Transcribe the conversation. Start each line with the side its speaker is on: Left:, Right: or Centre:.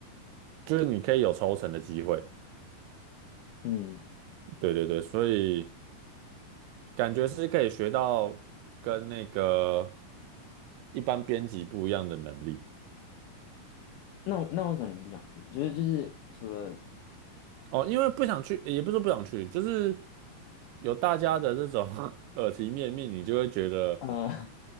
Right: 就是你可以有抽成的机会，
Left: 嗯，
Right: 对对对，所以感觉是可以学到跟那个一般编辑不一样的能力。
Left: 那我那为什么你不想去？就是就是除了
Right: 哦，因为不想去，也不是不想去，就是有大家的这种 <laughs> 耳提面命，你就会觉得，
Left: 呃，